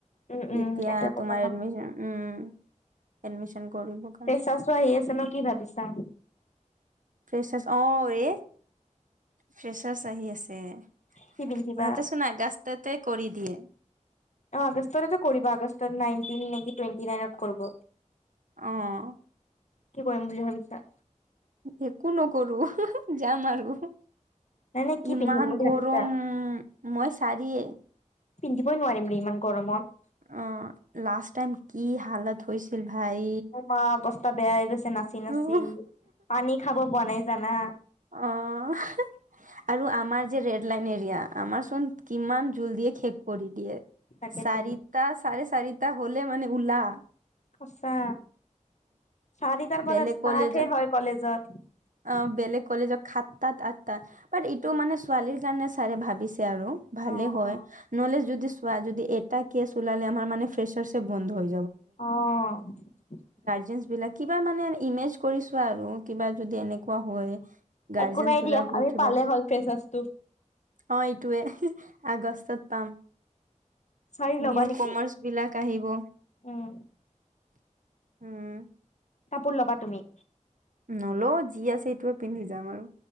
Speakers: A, on the left; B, on the right.
A: উম উম
B: এতিয়া
A: তেতিয়া কব
B: তোমাৰ এডমিচন উম। এডমিশন কৰিব কাৰণে
A: ফ্ৰেছাচো আহি আছে ন কি ভাবিছা?
B: ফ্ৰেচাৰছ অ, ৱে ফ্ৰেচাৰছ আহি আছে। ইহঁতে
A: কি পিন্ধিবা
B: চোন আগাষ্টেতে কৰি দিয়ে।
A: আগষ্টতেটো কৰিব আগষ্টৰ নাইনটিন নেকি টুৱেণ্টি নাইনত কৰিব।
B: অ'।
A: কি কৰিম বুলি ভাবিছা?
B: একো নকৰো যাম আৰু।
A: নাই নাই কি
B: ইমান
A: পিন্ধিম বুলি
B: গৰম
A: ভাবিছা?
B: মই চাৰিয়ে।
A: পিন্ধিবই নোৱাৰিম ৰে ইমান গৰমত।
B: অ', লাষ্ট টাইম কি হালত হৈছিল ভাই।
A: মোৰ মা অৱস্থা বেয়া হৈ গৈছে নাচি-নাচি
B: অ'
A: পানী খাব পোৱা নাই জানা।
B: অ' আৰু আমাৰ যে ৰেড লাইন এৰিয়া, আমাৰ চোন কিমান জোল দিয়ে খেক কৰি দিয়ে।
A: তাকেতো
B: চাৰিটা চাৰে চাৰিটা হলে মানে উলা।
A: সঁচা। চাৰিটাৰ
B: বেলেগ
A: পৰা ষ্টাৰ্ট
B: কলেজত
A: হে হয় কলেজত।
B: অ', বেলেগ কলেজত সাতটাত আঠটাত বাট ইটো মানে ছোৱালীৰ কাৰণে ছাৰে ভাবিছে। আৰু ভালে
A: অ
B: হয়
A: অ
B: নহলে যদি। আৰু যদি এটা কেচ উলালে আমাৰ মানে ফ্ৰেছাৰচে বন্ধ হয়।
A: অ'।
B: জিনছ বিলাক কিবা মানে ইমেজ কৰিছো আৰু কিবা যদি এনেকুৱা হয়। গাৰ্জেনচ
A: একো নাই
B: বিলাক
A: দিয়া আমি
B: উঠিব
A: পালে হ'ল ফ্ৰেছাচটো।
B: অ', এইটোৱে আগষ্টত পাম
A: চাৰি ল'বা
B: নিউ
A: নেকি?
B: কমাৰ্চ বিলাক। কাঢ়িব।
A: উম
B: উম,
A: কাপোৰ ল'বা তুমি?
B: নলওঁ যি আছে সেইটোৱে পিন্ধি যাম আৰু